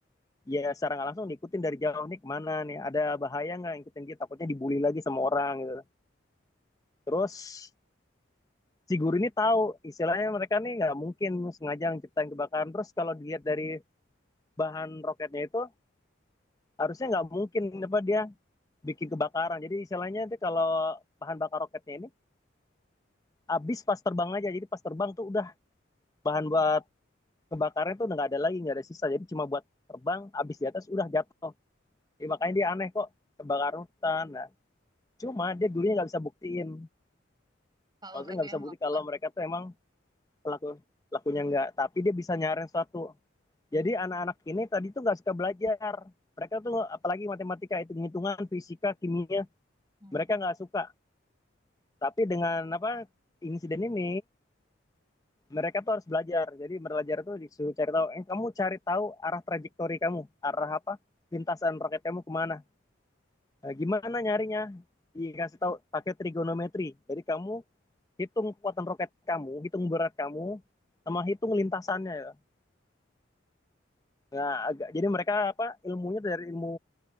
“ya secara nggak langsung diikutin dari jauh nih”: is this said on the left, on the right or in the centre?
Left